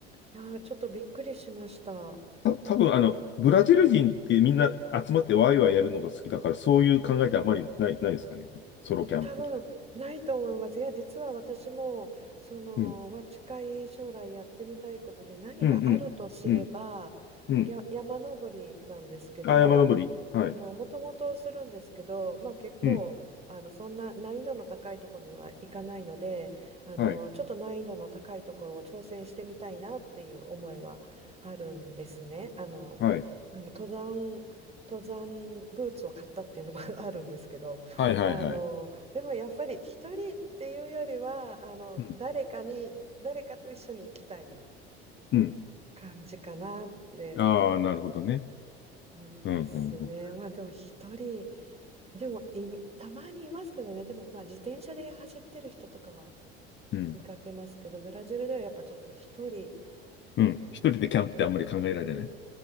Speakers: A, on the right; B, on the left.
A: え、いや、ちょっとびっくりしました。
B: た、多分あの、ブラジル人ってみんな集まってワイワイやるのが好きだから、そういう考えってあまりない、ないですかね。ソロキャンプみたい
A: 多分ないと思います。いや、実は私も、その、
B: な。うん。
A: まあ、近い将来やってみたいことで何かあるとすれば、
B: うん、うん。うん、うん。
A: や、山登りなんですけど、
B: あ、山登り。はい。
A: あの、もともとするんですけど、まあ、結構、
B: うん。
A: あの、そんな難易度の高いところには行かないので、あの、
B: はい。
A: ちょっと難易度の高いところを挑戦してみたいなっていう思いはあるんですね。あの、
B: はい。
A: あの、登山、登山ブーツを買ったっていうのも <laughs> あるんですけど。
B: はい、はい、
A: あのでもやっぱり一人っていうよりはあの誰かに誰かと一緒に行きたい
B: はい。うん。うん。
A: 感じかなって
B: ああ、なるほどね。
A: 思いますね。
B: うん、うん、うん。
A: まあでも一人でもいたまにいますけどねでもまあ自転車で走ってる人とかは
B: うん。
A: 見かけますけどブラジルではやっぱちょっと一人
B: うん一人でキャンプってあんまり考えられない。
A: うん